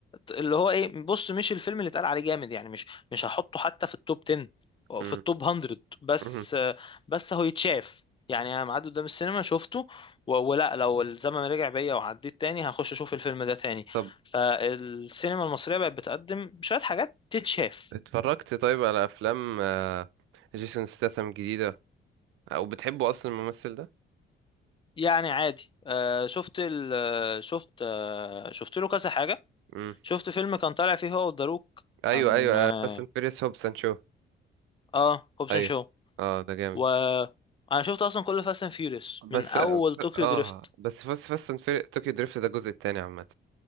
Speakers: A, on the left (about 25°); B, on the right (about 85°).
A: اللي هو ايه بص مش الفيلم اللي اتقال عليه جامد يعني مش مش هحطه حتى في التوب 10 او
B: مم،
A: في التوب 100 بس
B: مم.
A: بس هو يتشاف يعني انا معدي قدام السينما شفته و... ولا لو الزمن رجع بيا وعديت تاني هخش اشوف الفيلم ده تاني
B: طب
A: فالسينما المصرية بقت بتقدم شوية حاجات تتشاف
B: اتفرجت طيب على افلام آه، جيسون ستاثام جديدة او بتحبه اصلا الممثل
A: يعني عادي آه شفت ال آه، شفت آه شفت له كذا حاجة
B: ده
A: شفت فيلم كان طالع فيه هو وداروك
B: ايوه
A: كان
B: ايوه
A: اه,
B: بس انت فيريس هوب سانشو
A: آه هوبسون
B: ايوه
A: شو
B: اه ده جامد
A: و انا شفت اصلا كل فاست اند فيوريوس
B: بس
A: من اول
B: اه
A: طوكيو
B: آه،
A: دريفت
B: بس فاست فاست اند فيريس طوكيو دريفت ده الجزء التاني عامه